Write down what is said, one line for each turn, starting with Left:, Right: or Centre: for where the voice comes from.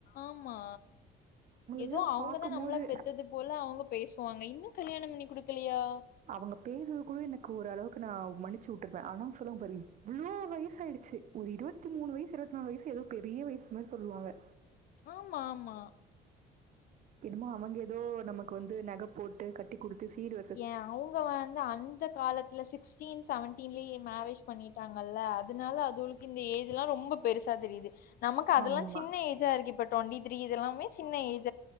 Left: ஆமா ஏதோ
Right: அவங்களலாம்
Left: அவுங்கதா
Right: பார்க்கும்போது
Left: நம்மள பெத்தது போல அவுங்க பேஸ்வாங்க இன்னு கல்யாண பண்ணி குடுக்கலயா
Right: அவுங்க பேசுறது கூட எனக்கு ஓரள வுக்கு நா மன்னிச்சி வுட்டுருவே ஆனா சொல்லுவாங்க பாரு இவ்ளோ வயசு ஆயிடுச்சி ஒரு இருவத்தி மூணு வயஸ் இருவத்தி நாலு வயஸ் ஏதோ பெரிய வயஸ் மாரி சொல்லுவாங்க
Left: ஆமா ஆமா
Right: என்னமோ அவுங்க ஏதோ நமக்கு வந்து நக போட் குடுத்து சீரு
Left: எ அவுங்க வந்து அந்த காலத்துல சிக்ஸ்டீன் செவன்டீன்லேயே மேரேஜ் பண்ணிட்டாங் கல்ல அதனால அதுகுளுக்கு இந்த ஏஜ் எல்லா ரொம்ப பெருசா தெரியுது நமக்கு அதெல்லா
Right: ஆமா,
Left: சின்ன ஏஜா இருக்கு இப்ப டுவெண்டி த்ரீ இதெல்லாமே சின்ன ஏஜ்